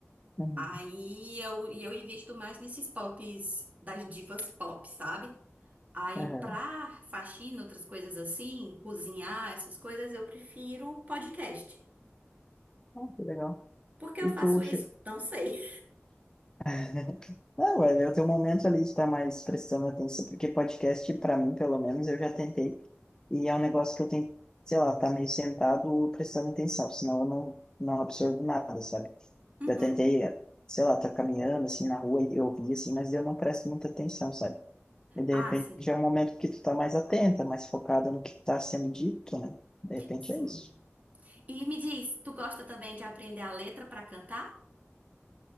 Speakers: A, on the left (about 15°); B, on the right (about 35°).
A: Uhum.
B: Aí eu, e eu invisto mais nesses pops, das divas pop, sabe? Aí
A: Aham.
B: pra faxina, outras coisas assim, cozinhar, essas coisas, eu prefiro podcast.
A: Ah, que legal.
B: Por que eu
A: E
B: faço
A: tu. che-
B: isso? Não sei.
A: <laughs> Não, vai ver o teu momento ali de estar mais prestando atenção, porque podcast, pra mim, pelo menos, eu já tentei. E é um negócio que eu tenho, sei lá, tá meio sentado prestando atenção, senão eu não, não absorvo nada, sabe?
B: Uhum.
A: Já tentei, eh, sei lá, tá caminhando assim na rua e ouvir assim, mas eu não presto muita atenção, sabe? E de
B: Ah,
A: repente
B: sim,
A: é um momento que tu tá mais atenta, mais focada no que tá sendo dito, né? De repente
B: sim.
A: é isso.
B: E me diz, tu gosta também de aprender a letra pra cantar?